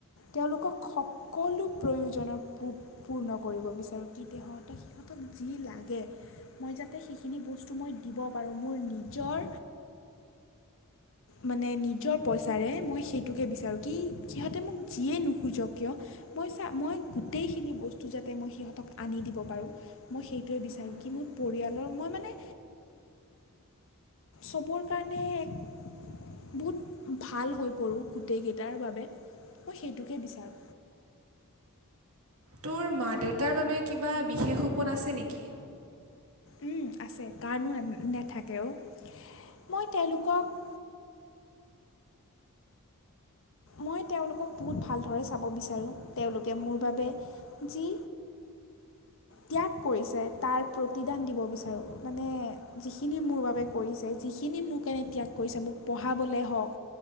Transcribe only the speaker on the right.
উম,
তোৰ মা-দেউতাৰ বাবে কিবা বিশেষ সপোন আছে নেকি?